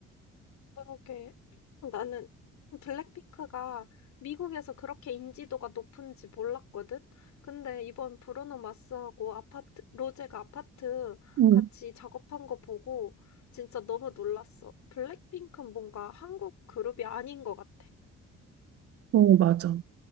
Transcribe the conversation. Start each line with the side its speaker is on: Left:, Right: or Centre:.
Left: 그러게. 나는 블랙핑크가 미국에서 그렇게 인지도가 높은지 몰랐거든? 근데 이번 브루노 마스하고 아파트, 로제가 아파트
Right: 음.
Left: 같이 작업한 거 보고 진짜 너무 놀랐어. 블랙핑크는 뭔가 한국 그룹이 아닌 것 같아.
Right: 어, 맞아.